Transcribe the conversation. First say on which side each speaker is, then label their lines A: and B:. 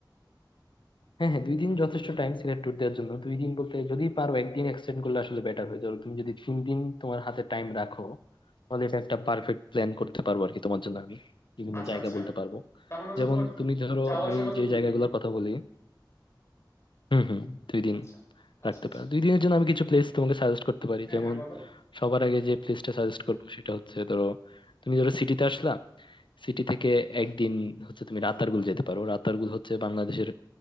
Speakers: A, on the left; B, on the left.
A: হ্যাঁ হ্যাঁ দুই দিন যথেষ্ট টাইম সিলেট ট্যুর দেওয়ার জন্য দুই দিন বলতে যদি পারো একদিন এক্সটেন্ড করলে আসলে বেটার হয়ে যাবে তুমি যদি তিন দিন তোমার হাতে টাইম রাখো তাহলে এটা একটা পারফেক্ট প্ল্যান করতে পারবো আর কি তোমার জন্য আমি বিভিন্ন
B: আচ্ছা
A: জায়গা
B: আচ্ছা
A: বলতে পারবো
B: তার মানে হচ্ছে
A: যেমন
B: তোমার
A: তুমি ধরো
B: যাওয়া
A: আমি
B: আসা বাদে
A: যে
B: দুই
A: জায়গাগুলোর
B: দিন।
A: কথা বলি হুম হুম দুই দিন
B: আচ্ছা আচ্ছা
A: রাখতে
B: আচ্ছা
A: পারো দুই দিনের জন্য আমি কিছু প্লেস তোমাকে সাজেস্ট করতে পারি
B: হ্যাঁ
A: যেমন
B: হ্যাঁ বলো
A: সবার আগে যে প্লেসটা সাজেস্ট করবো সেটা হচ্ছে ধরো তুমি ধরো সিটিতে আসলা সিটি থেকে একদিন হচ্ছে তুমি রাতারগুল যেতে পারো রাতারগুল হচ্ছে বাংলাদেশের